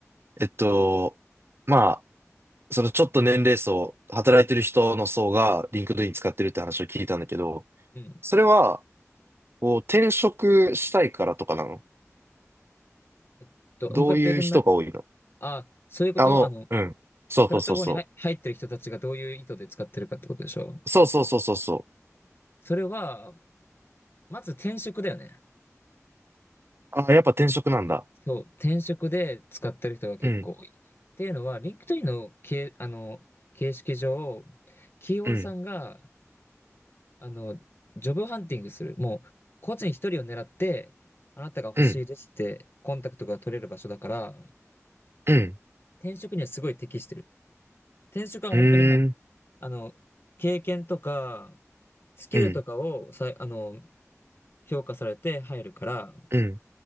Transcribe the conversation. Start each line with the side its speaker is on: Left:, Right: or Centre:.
Right: えっと、まあ、そのちょっと年齢層、働いてる人の層がリンクドイン使ってるって話を聞いたんだけど、
Left: うん。
Right: それは、こう転職したいからとかなの
Left: えっと、
Right: どういう人が多いの
Left: もう一回やってくんないあ、そういうことあの、
Right: あの、うん。そうそうそうそ
Left: プラットフォームに入入ってる人たちがどういう意図で使ってるかってことでしょ
Right: う。そうそうそうそうそ
Left: それは、まず転職だよね。
Right: う。あ、やっぱ転職なんだ。
Left: そう、転職で使ってる人が結構多い。
Right: うん、
Left: っていうのは、リンクトインの形、あの、形式上、企業さんが、
Right: うん、
Left: あの、ジョブハンティングする。もう、個人一人を狙って、あなたが欲しいですって、
Right: うん、
Left: コンタクトが取れる場所だから、
Right: うん、
Left: 転職にはすごい適してる。転職は本当にもう
Right: うーん、
Left: あの、経験とか、スキルとかをさい、
Right: うん、
Left: あの、評価されて入るから、
Right: うん、